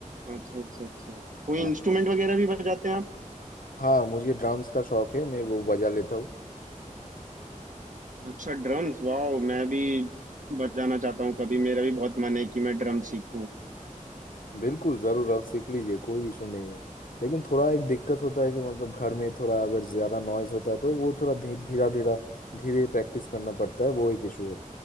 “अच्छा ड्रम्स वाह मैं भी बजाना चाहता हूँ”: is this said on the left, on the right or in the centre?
Right